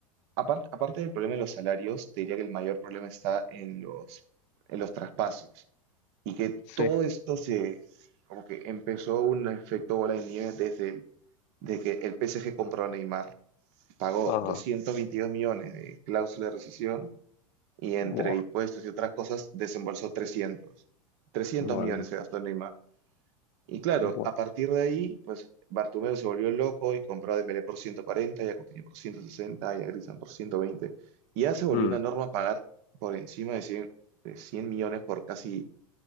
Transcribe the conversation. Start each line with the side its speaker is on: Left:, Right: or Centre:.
Right: apar- aparte del problema de los salarios, te diría que el mayor problema está en los, en los traspasos. Y que
Left: Sí.
Right: todo esto se, como que empezó un efecto bola de nieve desde el- de que el PSG compró a Neymar pagó
Left: Ajá.
Right: 222 millones de cláusula de rescisión y entre
Left: Buah,
Right: impuestos y otras cosas desembolsó 300. 300
Left: madre.
Right: millones
Left: mía.
Right: se gastó en Neymar. Y claro,
Left: Buah.
Right: a partir de ahí, pues Bartomeu se volvió loco y compró a Dembélé por 140, y a Coutinho por 160 y a Griezmann por 120. Y ya se volvió
Left: Mm,
Right: una norma pagar por encima de 100, de 100 millones por casi